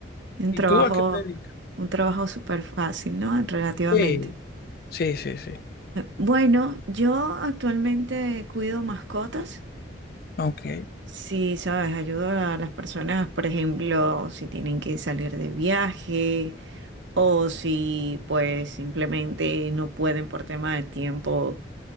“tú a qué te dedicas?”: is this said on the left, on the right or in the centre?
Left